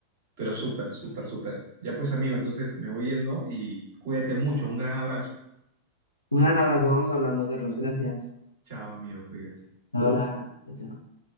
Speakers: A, on the right (about 55°); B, on the left (about 85°).
A: pero súper, súper, súper. Ya pues, amigo, entonces me voy yendo y cuídate mucho. Un gran abrazo.
B: Un gran abrazo, vamos hablando, Carlos, gracias.
A: Chao, amigo, cuídate.
B: Hasta Ahora, chao. chao.